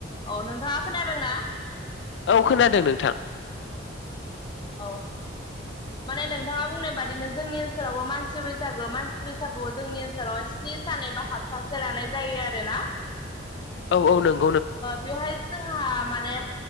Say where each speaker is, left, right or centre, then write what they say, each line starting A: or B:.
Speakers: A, on the left; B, on the left.
A: औ नोंथाङा खोनादोंना?
B: औ खोनादों नोंथां ।
A: औ माने नोंथाङा बुंनाय बादिनो जोंनि ओनसोलावबो मानसि बैसागो मानसि बैसागुआव जोंनि ओनसोलाव स्नि सान एबा हाबथासे लानाय जायो आरोना ।
B: औ औ नों
A: बेवहाय जोंहा माने